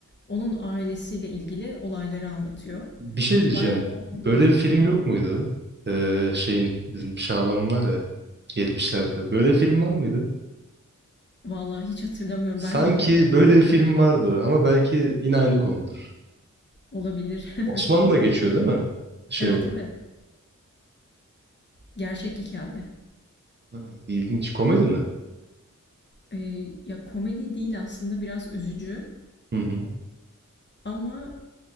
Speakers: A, on the left (about 35°); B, on the right (about 35°).
A: Onun ailesiyle ilgili olayları anlatıyor.
B: Bir şey
A: Çünkü
B: diyeceğim.
A: bayağı da
B: Böyle
A: ünlü.
B: bir film
A: <laughs>
B: yok muydu? Ee, şeyin bizim Şaban'ın var ya 70'lerde. Böyle bir film var mıydı?
A: Vallahi hiç hatırlamıyorum.
B: Sanki
A: Bence yoktu
B: böyle
A: ama
B: bir film vardı ama belki yine aynı konudur.
A: olabilir.
B: Osmanlı'da
A: <laughs>
B: geçiyor değil mi? Şey
A: Evet
B: olarak.
A: evet. Gerçek hikaye.
B: Ha, ilginç. Komedi mi?
A: E, ya komedi değil aslında biraz üzücü.
B: Hı hı.
A: Ama